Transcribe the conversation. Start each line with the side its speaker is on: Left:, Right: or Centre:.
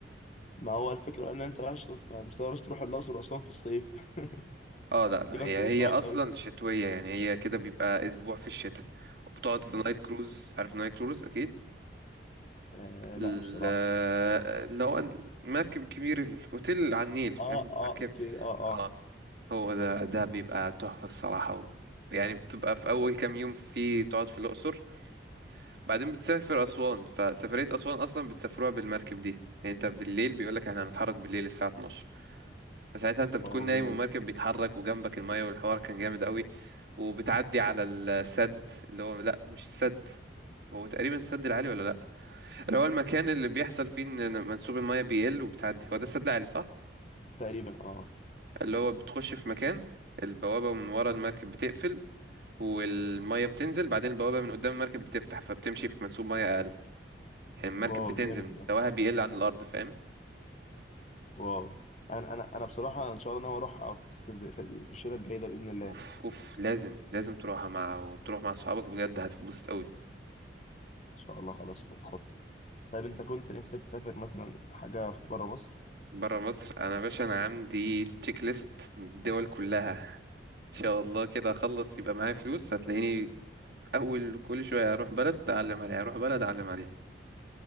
Left: ما هو الفكره ان انت رايح ما مستغربش تروح الاقصر واسوان في الصيف <laughs>
Right: <laughs> اه لا لا
Left: يبقى
Right: هي
Left: الجو
Right: هي
Left: صعب
Right: اصلا
Left: قوي
Right: شتويه يعني هي كده بيبقى اسبوع في الشتاء وبتقعد في
Left: مم.
Right: نايل كروز عارف نايل كروز اكيد
Left: آه
Right: ال-
Left: لا بصراحه
Right: اللي هو المركب الكبير الاوتيل على النيل فاهم
Left: اه اه
Right: مركب
Left: اوكي اه اه
Right: اه هو ده ده بيبقى تحفه الصراحه و... يعني بتبقى في اول كام يوم في تقعد في الاقصر بعدين بتسافر أسوان فسفرية أسوان أصلا بتسافروها بالمركب دي يعني انت بالليل بيقولك احنا هنتحرك بالليل الساعة 12 فساعتها انت بتكون
Left: واو
Right: نايم
Left: جامد
Right: والمركب بيتحرك وجنبك المية والحوار كان جامد قوي وبتعدي على السد اللي هو لا مش السد هو تقريبا السد العالي ولا لا اللي هو المكان اللي بيحصل فيه ان منسوب المية بيقل وبتعدي هو ده السد العالي صح
Left: تقريبا اه
Right: اللي هو بتخش في مكان البوابة من ورا المركب بتقفل والمية بتنزل بعدين البوابة من قدام المركب بتفتح فبتمشي في منسوب مية أقل يعني المركب
Left: واو
Right: بتنزل
Left: جامد
Right: مستواها
Left: ده
Right: بيقل عن الارض فاهم
Left: واو انا انا انا بصراحه ان شاء الله ناوي اروحها في الصيف- في في الشتاء الجاي ده باذن الله
Right: اوف
Left: ان
Right: اوف لازم لازم تروحها مع وتروح مع صحابك بجد هتتبسط قوي
Left: شاء الله خلاص في الخطه طيب انت كنت نفسك تسافر مثلا حاجه في بره مصر
Right: بره مصر انا يا باشا انا عندي تشيك ليست الدول كلها <laughs> ان شاء الله كده اخلص يبقى معايا فلوس هتلاقيني اول كل شويه اروح بلد اعلم عليها اروح بلد اعلم عليها